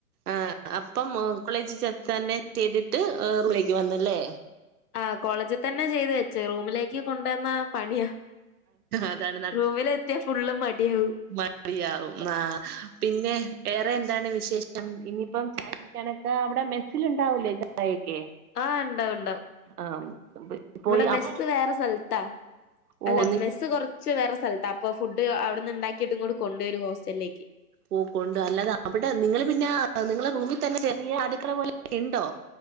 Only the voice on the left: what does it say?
ആഹ് കോളേജ് തന്നെ ചെയ്ത് വെച്ച് റൂമിലേക്ക് കൊണ്ടെന്ന പണിയാ
റൂമില എത്തിയാ ഫുള്ള് മടിയാവും
ആഹ് ഇണ്ടാവും ഇണ്ടാവും
ഇവടെ മെസ്സ്
വേറെ സ്ഥൽത്താ
അല്ല
മെസ്സ് കൊറച്ച് വേറെ സ്ഥൽത്ത് ത്താ അപ്പൊ ഫുഡ് അവ്ട്ന്ന് ഉണ്ടാക്കിയിട്ട് ഇങ്ങോട്ട് കൊണ്ടുവരും ഹോസ്റ്റൽലേക്ക്